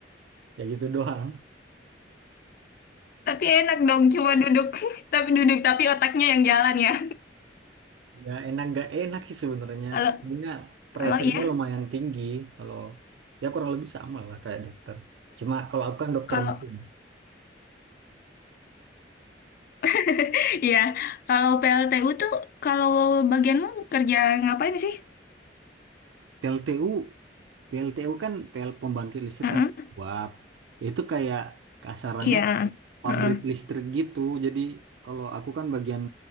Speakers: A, on the right; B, on the left.
A: ya gitu doang.
B: Tapi enak dong cuma duduk. <laughs> Tapi duduk tapi otaknya yang jalan ya.
A: Ya enak nggak enak sih sebenarnya.
B: Kalau
A: Sebenarnya pressure-nya
B: kalau iya,
A: lumayan tinggi kalau ya kurang lebih sama lah kayak dokter. Cuma kalau aku kan dokter
B: kalau
A: mesin.
B: <laughs> iya, kalau PLTU tuh kalau bagianmu kerja ngapain sih?
A: PLTU PLTU kan PL pembangkit listrik
B: Heeh.
A: kan uap. Itu kayak kasarannya
B: Iya.
A: pabrik
B: Heeh.
A: listrik gitu. Jadi kalau aku kan bagian